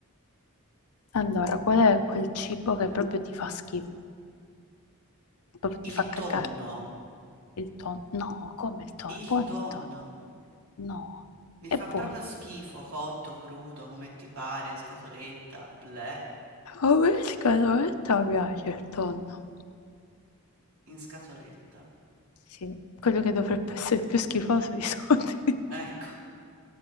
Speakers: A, on the left (about 90°); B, on the right (about 80°).
A: Allora, qual è quel cibo che proprio ti fa schifo? Proprio ti
B: Il
A: fa cacare?
B: tonno,
A: Il tonno? No, come il tonno? È
B: il
A: buono
B: tonno.
A: il tonno? No,
B: Mi
A: è
B: fa
A: buono.
B: proprio schifo, cotto, crudo, come ti pare, in scatoletta, bleh,
A: A me scatoletta piace il tonno.
B: in scatoletta.
A: Sì, quello che dovrebbe essere il più schifoso di tutti.
B: Ecco,
A: <laughs>